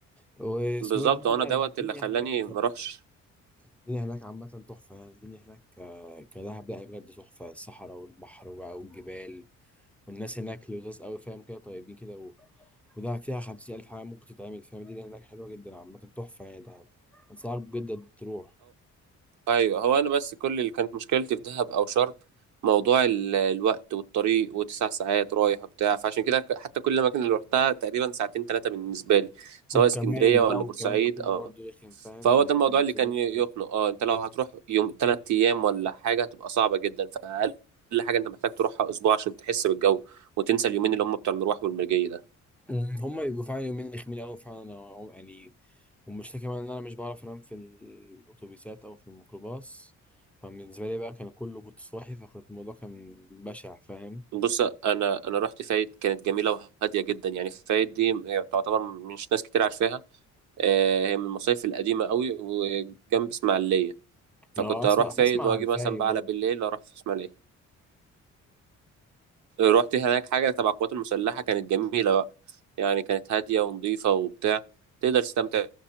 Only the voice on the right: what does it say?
بالظبط
وانا
دوت
اللي خلاني
ما اروحش
ايوه هو انا بس كل اللي كانت مشكلتي في دهب او شرم موضوع ال- الوقت والطريق وتسع ساعات رايح وبتاع فعشان كده ك- حتى كل الاماكن اللي رحتها تقريبا ساعتين ثلاثه بالنسبه لي سواء
اسكندريه ولا
بورسعيد
اه
فهو
ده الموضوع
اللي كان ي-
يخنق اه انت لو هتروح يوم ثلاث ايام ولا حاجه هتبقى صعبه جدا فاقل حاجه انت محتاج تروحها اسبوع عشان تحس بالجو وتنسى اليومين اللي هم بتوع المروح والمرجيه ده
بص انا انا رحت فايد كانت جميله وهاديه جدا يعني فايد دي تعتبر مش ناس كتير عارفاها آه، هي من المصايف القديمه قوي وجنب اسماعيليه فكنت
اروح
فايد
واجي
مثلا بقى
على بالليل اروح في اسماعيليه رحت هناك حاجه تبع القوات المسلحه كانت جميله بقى يعني كانت هاديه ونظيفه وبتاع تقدر تستمتع